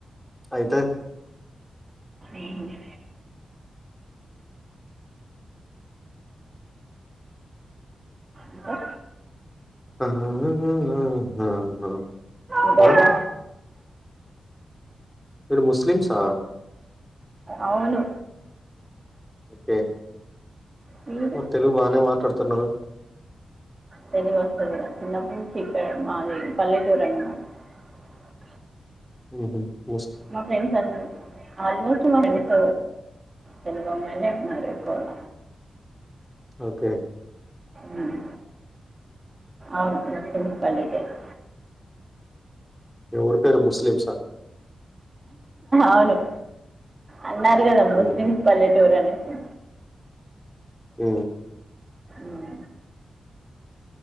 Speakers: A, in the centre; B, on the right.
A: ఆయితది
B: మ్ హు ఇంకా
A: అఆ..... తనాన
B: ఇదొద్దా
A: ఆహ్! మీరు ముస్లిమ్సా
B: అవును
A: ఓకే
B: మీరు
A: మరి తెలుగు బానే మాట్లాడుతున్నారు
B: తెలుగు వస్తదిగా చిన్నప్పుడు ఇక్కడె మాది పల్లెటూరు అనమాట అ
A: మ్ హు
B: మా ఫ్రెండ్స్ అ ఆల్మోస్ట్ మా ఫ్రండ్స్ తెలుగు అమ్మాయిలే ఉన్నారు ఎక్కువగ
A: ఓకే
B: మ్ ఆవ్ ట్రెస్టింగ్ పల్లెటూరు
A: మీ ఊరు పేరు ముస్లిమ్సా
B: అవును అన్నారు కదా
A: హుహు.
B: ముస్లిమ్స్ పల్లెటూరు అనేసి
A: మ్
B: మ్